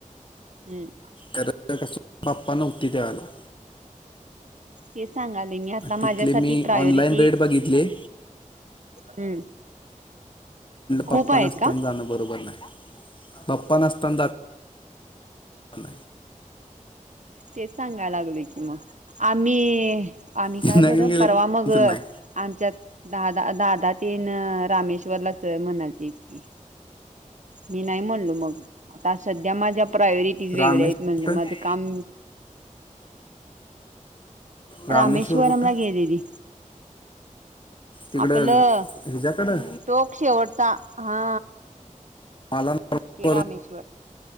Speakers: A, on the right (about 60°); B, on the left (about 40°).
A: हम्म
B: करा कस बाप्पा नव्हती दवाला
A: ते सांगाले मी आता
B: तिथले
A: माझ्यासाठी
B: मी
A: प्रायोरिटी
B: ऑनलाईन रेट बघितले
A: हम्म
B: पप्पा
A: खूप आहेत
B: नसताना
A: का
B: जाणं बरोबर नाही पप्पा नसताना जात नाही
A: तेच सांगाय लागले कि मग आम्ही आम्ही
B: नाही
A: काय बरं
B: गेले
A: परवा
B: टेन्शन
A: मग
B: नाही
A: आमच्यात दादा दादा तेन रामेश्वरला च म्हणायचेी मी नाही म्हणलो मग आता सध्या माझ्या प्राय वेग
B: रामेश्वर
A: म्ह
B: कुठं
A: मा काम
B: रामेश्वर
A: रामेश्वरमलागे
B: कुठं
A: देी
B: तिकडं
A: आपलं
B: हिच्याकडं
A: टोक शवडता हा
B: मला करून
A: ते रामेश्वर